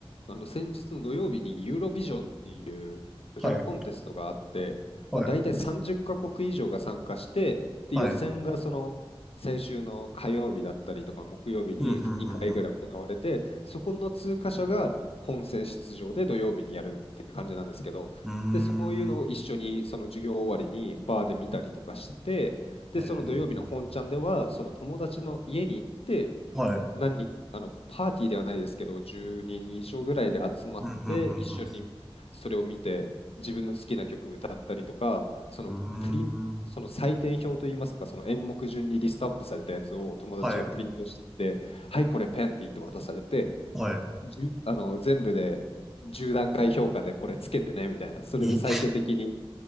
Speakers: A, on the left (about 75°); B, in the centre.
A: あの先日の土曜日にユーロビジョンっていう歌のコンテストがあって、
B: はい、はい、
A: まあ、大体30カ国以上が参加して、で予選がその先週の火曜日だったりとか木曜日に2回ぐらい行われて、
B: はい。うん、うん、う
A: そこの通過者が本戦出場で土曜日にやるって感じなんですけど、
B: ん、うん。
A: で、そういうのを一緒にその授業終わりにバーで見たりとかして、
B: うーん。
A: で、
B: えー、
A: その土曜日の本ちゃんでは、その友達の家に行って、
B: はい。うん、
A: 何人、あの、パーティーではないですけど、1 2人以上ぐらいで集まって、
B: うん、う
A: 一緒にそれを見て、
B: ん、
A: 自分の好きな曲歌ったりとか、そのプリン、
B: うん。うーん。
A: その採点表といいますか、その演目順にリストアップされたやつを友達がプリントしてきて、
B: はい、
A: はい、これペンって言って渡されて、
B: はい。
A: じゅあの、全部で10段階評価でこれつけてね、みたいな。それで最終的に
B: え、